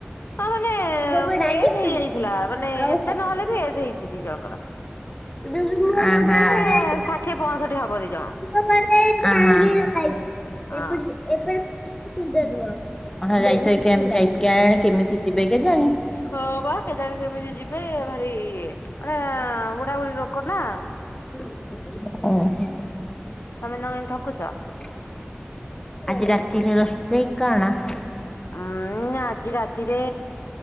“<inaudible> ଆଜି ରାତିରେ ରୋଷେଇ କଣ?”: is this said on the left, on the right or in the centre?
Left